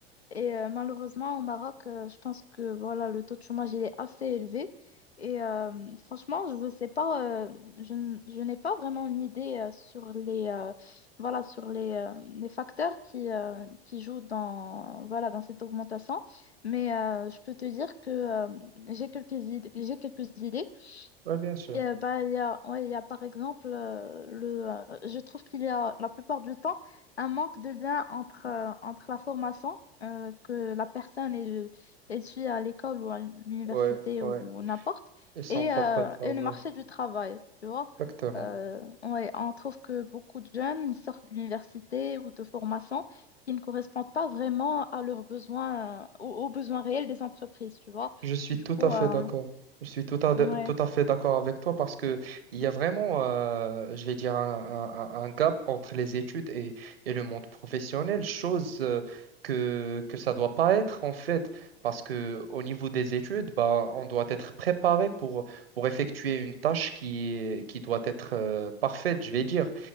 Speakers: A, on the left (about 85°); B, on the right (about 65°).
A: Et euh, malheureusement, au Maroc, euh, je pense que voilà, le taux de chômage il est assez élevé. Et euh, franchement, je ne sais pas, euh, je, n- je n'ai pas vraiment une idée euh, sur les, euh, voilà, sur les, euh, les facteurs qui, euh, qui jouent dans, voilà, dans cette augmentation. Mais euh, je peux te dire que euh, j'ai quelques idées, j'ai quelques idées
B: Oui, bien sûr.
A: et, euh, bah, il y a, ouais, il y a par exemple, euh, le, euh, je trouve qu'il y a la plupart du temps un manque de lien entre, euh, entre la formation euh, que la personne elle, elle suit à l'école ou à l'université
B: Ouais, ouais.
A: ou n'importe
B: Et son
A: et,
B: propre
A: euh,
B: travail.
A: et le marché du travail, tu vois.
B: Exactement.
A: Euh, ouais, on trouve que beaucoup de jeunes ils sortent de l'université ou de formation qui ne correspondent pas vraiment à leurs besoins, euh, aux, aux besoins réels des entreprises, tu vois.
B: Je suis
A: Du
B: tout
A: coup,
B: à fait
A: euh,
B: d'accord. Je suis tout à, tout
A: ouais.
B: à fait d'accord avec toi parce que il y a vraiment, euh, je vais dire, un, un- un- un gap entre les études et, et le monde professionnel, chose euh, que, que ça doit pas être en fait, parce que au niveau des études, bah, on doit être préparé pour, pour effectuer une tâche qui, est- qui doit être euh, parfaite, je vais dire.